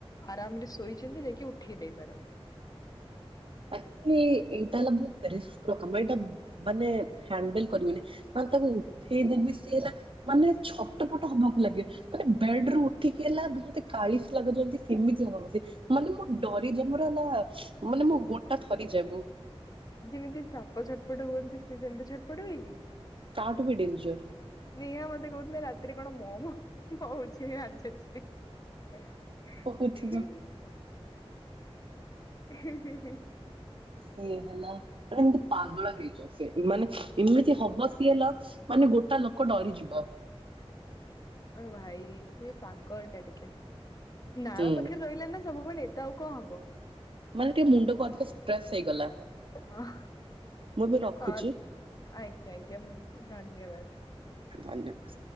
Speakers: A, on the left; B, on the right.
A: ଆରାମ ରେ ଶୋଇଚନ୍ତି ଯାଇକି ଉଠେଇ ଦେଇ ପାରନ୍ତୁ।
B: ଏକଚୁଆଲି <unintelligible> ମାନେ ହ୍ୟାଣ୍ଡେଲ କରିହଉନି। ମାନେ ତାକୁ ଠେଇଦବି ସିଏ ହେଲା ମାନେ ଛଟ ପଟ ହବାକୁ ଲାଗେ ମାନେ ବେଡ ରୁ ଉଠିକି ହେଲା <inaudible> କାଳିଶ ଲାଗୁଚନ୍ତି ସେମିତି ହବା ଉ ମାନେ ମୁଁ ଡରି <unintelligible> ମାନେ ମୋ ଗୋଡ ଟା ଥରି ଯାଏ ମୁଁ
A: ଯେମିତି ସାପ ଛଟପଟ ହୁଅନ୍ତି ସେ ସେମିତି ଛଟପଟ ହୁଏ କି?
B: ତାଠୁ ବି ଡେଞ୍ଜର।
A: ନେହା ମତେ କହୁଥିଲେ ରାତିରେ କଣ ମହ ମ ହଉଚି। ସେ ରାତି ଯାକ ଶୋଇନି।
B: ହଉଥିବ
A: <unintelligible>
B: ସିଏ ହେଲା ମାନେ ଏମିତି ପାଗଳା ହେଇଯାଏ ସେ ମାନେ ଏମିତି ହବ ସିଏ ନା ମାନେ ଗୋଟା ଲୋକ ଡରିଯିବ।
A: ଓ ଭାଇ ସିଏ ପାଗଳଟା ଟିକେ। ନାଳ
B: ହୁଁ
A: ପାଖରେ ରହିଲା ନା ସବୁବେଳେ। ତ ଆଉ କଣ ହବ।
B: ମାନେ ଟିକେ ମୁଣ୍ଡକୁ ଅଧିକ ଷ୍ଟ୍ରେସ୍ ହେଇଗଲା।
A: ହ
B: ମୁଁ ଏବେ ରଖୁଛି
A: ହଁ ଆଜ୍ଞା ଆଜ୍ଞା ଧନ୍ୟବାଦ।
B: ଧନ୍ୟବା